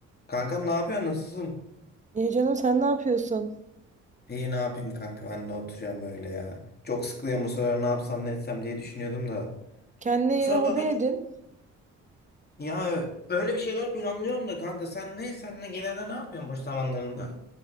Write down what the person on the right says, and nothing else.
İyi canım sen ne yapıyorsun?
Kendine
yeni
hobi edin.